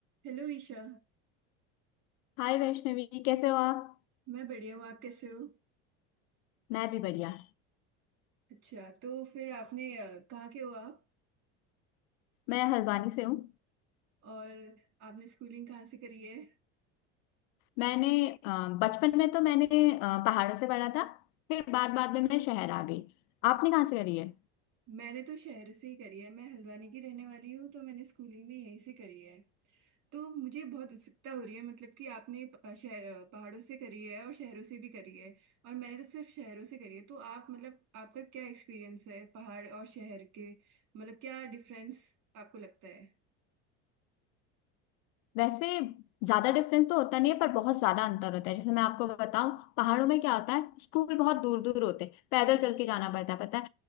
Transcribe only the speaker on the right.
हेलो ईशा
मैं बढ़िया हूँ आप कैसे हो
अच्छा तो फिर आपने अ, कहाँ के हो आप
और आपने स्कूलिंग कहाँ से करी है
मैंने तो शहर से ही करी है मैं हल्द्वानी की रहने वाली हूँ तो मैंने स्कूलिंग भी यहीं से करी है तो मुझे बहुत उत्सुकता हो रही है मतलब कि आपने प- अ, शहर अ, पहाड़ों से करी है और शहरों से भी करी है और मैंने तो सिर्फ शहरों से करी है तो आप मतलब आपका क्या एक्सपीरियंस है पहाड़ और शहर के मतलब क्या डिफरेंस आपको लगता है
हाँ